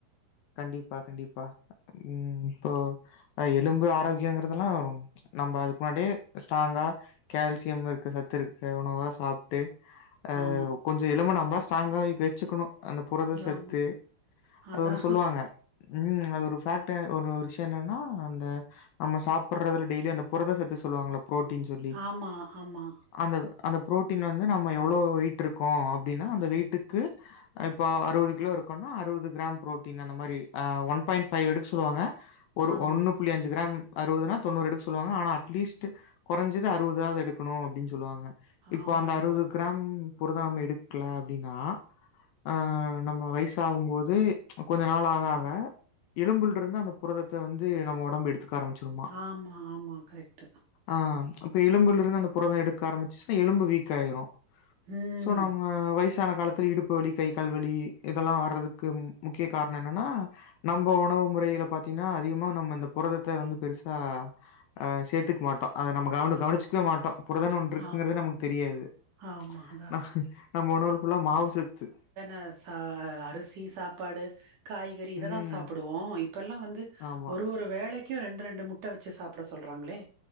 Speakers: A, on the left (about 70°); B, on the right (about 50°).
A: கண்டிப்பா கண்டிப்பா ம் இப்போ எலும்பு ஆரோக்கியங்கற்துலா ரோ நம்ப அதுக்கு முன்னாடியே ஸ்ட்ராங்கா கேல்சியம் இருக்க சத்து இருக்க உணவா சாப்ட்டு ஆ
B: ஆமா
A: கொஞ்ச எலும்ப நாந்தா ஸ்ட்ராங்காகி வெச்சுக்கணு அந்த புரத சத்து
B: ஆமா
A: அது
B: அதா
A: ஒன்னு சொல்வாங்க ம் அது ஒரு ஃபேட்டு ஒரு ஒரு விஷ்யோ என்னன்னா அந்த நம்ம சாப்பறதுல டெய்லி அந்த புரத சத்து சொல்லுவாங்கள ப்ரோட்டின் சொல்லி
B: ஆமா ஆமா
A: அந்த அந்த ப்ரோட்டீன் வந்து நம்ம எவ்ளோ வெய்ட் இருக்கோ அப்டினா அந்த வெய்ட்டுக்கு இப்ப அறுவது கிலோ இருக்கோன்னா அறுவது க்ராம் ப்ரோட் டின் அந்த மாரி ஆ ஒன் பாய்ண்ட் ஃபைவ் எடுக்க சொல்வாங்க ஒரு
B: ஆமா
A: ஒன்னு புள்ளி அஞ்சு க்ராம் அறுவதுனா தொண்ணூறு எடுக்க சொல்லுவாங்க ஆனா அட்லீஸ்ட் கொறஞ்சது அறுவதாவது எடுக்கணு அப்டின் சொல்லுவாங்க இப்ப
B: ஆமா
A: அந்த அறுவது
B: ஆமா
A: க்ராம் புரதம் எடுக்ல அப்டினா ஆ நம்ம வயிசாகும்போது கொஞ்ச நாள் ஆக ஆக எலும்புல்ருந்து அந்த புரதத்த வந்து நம்ம ஒடம்பு எடுத்துக் க ஆரமிச்சுருமா
B: ஆமா ஆமா கரெக்ட்டு
A: ஆ இப்ப எலும்புல்ருந்து அந்த புரத எடுக்க ஆரம்மிச்சுச்சுனா எலும்பு வீக் ஆயிரு
B: ம்
A: சோ நம்ம வய சான காலத்துல இடுப்பு வலி கை கால் வலி இதல்லா வரதுக்கு முக்கிய காரண என்னன்னா நம்ப உணவு முறைல பாத்திங்னா அதிகமா நம்ம இந்த புரதத்த வந்து பெருசா அ சேத்துக்க மாட்டோ அத நம்ம கவன
B: ஆமா
A: கவனிச்சுக்வே மாட்டோ புரதன் ஒன்னு இருக்குங்றதே
B: ஆமா
A: நமக்கு தெரியாது
B: ஆமா அதா
A: ந நம்ம உணவு ஃபுல்லா மாவுசத்து
B: அ சா அரிசி சாப் பாடு காய்கறி இதல்லா
A: ம்.
B: சாப்புடுவோ இப்பல்லா வந்து
A: ஆமா.
B: ஒரு ஒரு வேளைக் கே ரெண் ரெண்டு முட்ட வெச்சு சாப்பட சொல்றாங்ளே